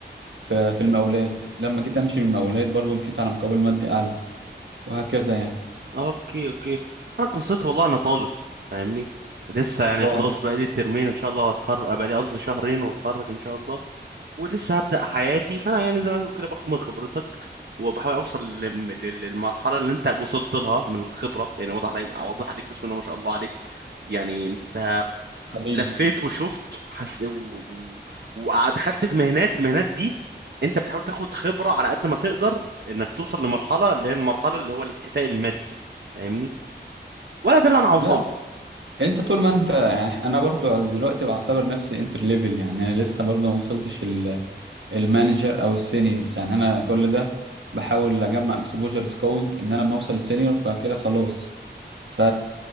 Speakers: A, on the right; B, on the right.
A: في في المقاولات لما جيت امشي من المقاولات برضو مشيت على مقابل مادي اعلى وهكذا يعني
B: اوكي اوكي انا قصتي والله انا طالب فاهمني لسه يعني
A: اه
B: خلاص بقى لي ترمين ان شاء الله هتخرج بقى لي قصدي شهرين واتخرج ان شاء الله ولسه هبدأ حياتي فانا يعني زي ما تقول كده باخد من خبرتك وبحاول اوصل لل- لل- للمرحله اللي انت وصلت لها من الخبره يعني واضح عليك واضح عليك بسم الله ما شاء الله عليك يعني انت
A: حبيبي
B: لفيت وشفت وحس و... و- ودخلت في مهنات المهنات دي انت بتحاول تاخد خبره على قد ما تقدر انك توصل لمرحله اللي هي المرحله اللي هو الاكتفاء المادي فاهمني ولا ده اللي انا هوصله
A: لا انت طول ما انت يعني انا برضو دلوقتي بعتبر نفسي انتر ليفل يعني انا لسه برضو ما وصلتش ال- المانجر او السينيورز يعني انا كل ده بحاول اجمع اكسبوجرز قوي ان انا لما اوصل سينيور فكده خلاص ف